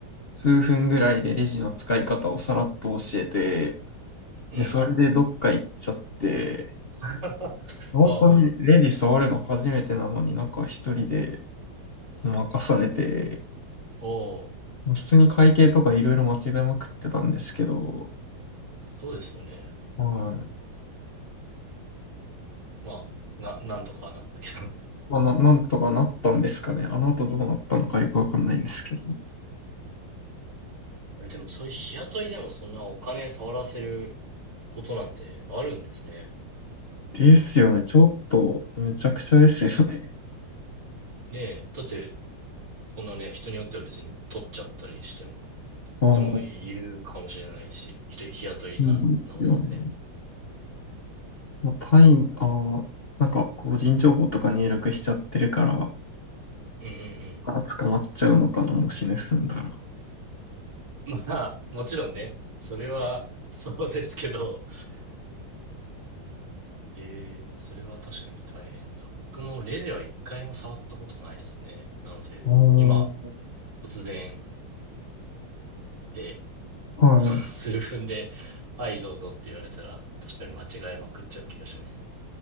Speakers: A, on the left; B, on the right.
A: 数分ぐらいでレジの使い方をさらっと教えて、
B: うん。
A: で、それでどっか行っちゃって、
B: <laughs> あ
A: 本当にレディ触るの初めてなのになんか一人で
B: あ、ああ、
A: 任されて、
B: おー
A: もう普通に会計とかいろいろ間違えまくってたんですけど、
B: そうですよね。
A: はい。
B: まあ、な、なんとかはなったけど。
A: まあ、な、なんとかなったんですかね。あの後どうなったのかよくわかんないんですけど。
B: <laughs> えでもそういう日雇いでもそんなお金触らせることなんてあるんですね。
A: ですよね。ちょっと、めちゃくちゃですよね。
B: ねえ。だって、そんなね、人によっては別に取っちゃったりしても、人もいるかもしれないし、
A: <laughs> ああ、そ
B: 人、日雇いなら、
A: うですよね。
B: なおさらね。
A: まあ、タイム、ああ、なんか個人情報とか入力しちゃってるから、
B: うんうんうん。
A: あ、捕まっちゃうのかな、もし盗んだら。
B: <laughs> まあ、もちろんね、それは、そうですけど、ええ、それは確かに大変だ。僕もレジは一回も触ったことないですね。なので、
A: ああ、
B: 今、突然で、
A: はい。
B: その数分で、はい、どうぞって言われたら、確かに間違えまくっちゃう気がしますね。